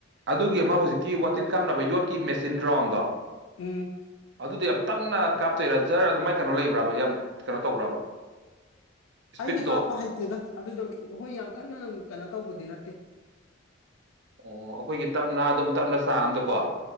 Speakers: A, on the right; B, on the left.
A: ꯑꯗꯨꯒꯤ ꯑꯃ ꯍꯧꯖꯤꯛꯀꯤ ꯋꯥꯇꯤꯟ ꯀꯥꯞꯅꯕ ꯌꯣꯠꯀꯤ ꯃꯦꯆꯤꯟ ꯔꯣꯗ
B: ꯎꯝ
A: ꯑꯗꯨꯗꯤ ꯌꯥꯝ ꯇꯞꯅ ꯀꯥꯞꯇꯣꯏꯔꯥ ꯖꯥꯔ ꯑꯗꯨ ꯃꯥꯏ ꯀꯩꯅꯣ ꯂꯩꯕ꯭ꯔꯥꯕ ꯌꯥꯝ ꯀꯩꯅꯣ ꯇꯧꯕ꯭ꯔꯕ ꯏꯁꯄꯤꯠꯇꯣ
B: ꯑꯩꯗꯤ ꯀꯥꯞꯄ ꯍꯩꯇꯦꯗ ꯑꯗꯨꯗ ꯍꯣꯏ ꯌꯥꯝ ꯀꯟꯅ ꯀꯩꯅꯣ ꯇꯧꯕꯗꯤ ꯅꯠꯇꯦ
A: ꯑꯣ ꯑꯩꯈꯣꯏꯒꯤ ꯇꯞꯅ ꯑꯗꯨꯝ ꯇꯞꯅ ꯆꯥꯡ ꯑꯝꯗꯀꯣ